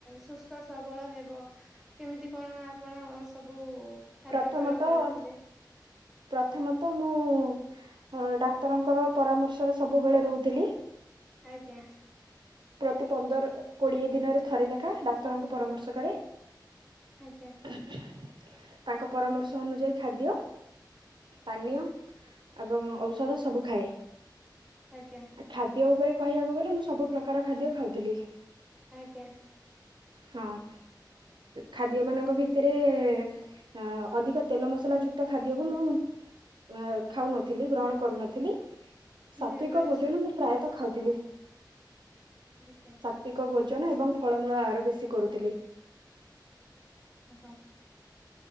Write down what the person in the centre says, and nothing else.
ସୁସ୍ଥ ସବଳ ହେବ? କେମିତି କଣ ଆପଣ ସବୁ ଖାଦ୍ୟ
ପ୍ରୟ କରିଥିଲେ?
ଆଜ୍ଞା।
ଆଜ୍ଞା।
ଆଜ୍ଞା।
ଆଜ୍ଞା
ନିର୍ବାଚ
ଆଜ୍ଞା।
ଓ ହ।